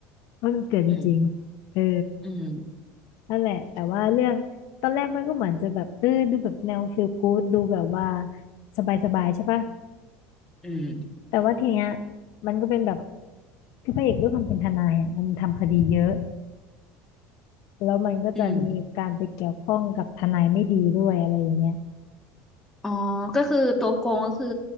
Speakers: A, on the left; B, in the centre.
A: ว่ามันเกิดจริงๆเออ
B: อืมอืม
A: นั่นแหละแต่ว่าเรื่องตอนแรกมันก็เหมือนจะแบบเออดูแบบแนวฟีลกู๊ดดูแบบว่าสบายๆใช่ปะ
B: อืม
A: แต่ว่าทีเนี้ยมันก็เป็นแบบคือพระเอกด้วยความเป็นทนายอ่ะมันทำคดีเยอะแล้วมันก็จะมีการไปเกี่ยวข้องกับทนายไม่ดีด้วยอะไรอย่างเงี้ย
B: อืมอ๋อก็คือตัวโกงก็คือ